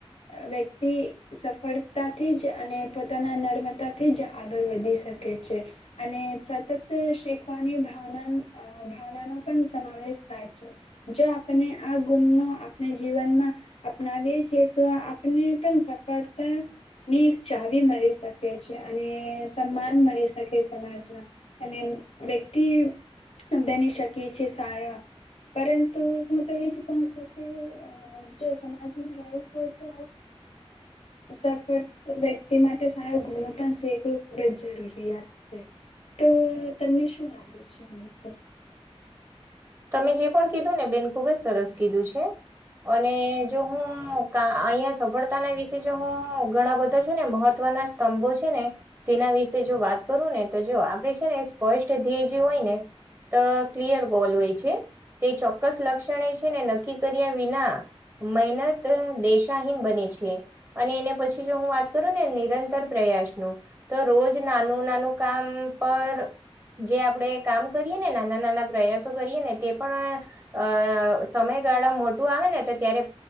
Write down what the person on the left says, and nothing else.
વ્યક્તિ સફળતાથી જ અને પોતાના નર્મતા તે જ આગળ વધી શકે છે. અને સતત શીખવાની ભાવના અ ભાવ નો પણ સમાવેશ થાય છે. જો આપણે આ ગુણ આપણે જીવનમાં અપનાવીએ છીએ તો આપને સફળતની મળી શકે છે અને સન્માન મળી શકે સમાજમાં. અને વ્યક્તિ બેની ટકે છે સારા પરંતુ હું તો એજ કહ છું કે જો સમાજમાં રહેવું હોય તો અ સફળ વ્યક્તિ માટે સારો ગુનો પણ શીખવું ખૂબ જ જરૂરિયાત છે. તો તમને શું લાગે છે આની ઉપર?